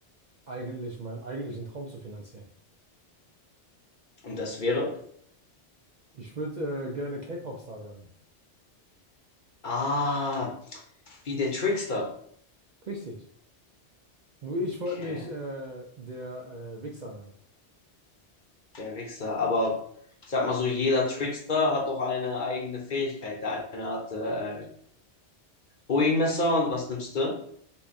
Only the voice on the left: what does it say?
Und das wäre?
Ah, wie der Trickster.
Okay,
der Wichser. Aber ich sag mal so, jeder Trickster hat doch eine eigene Fähigkeit. Der eine hat äh, Boeing-Messer und was nimmst du?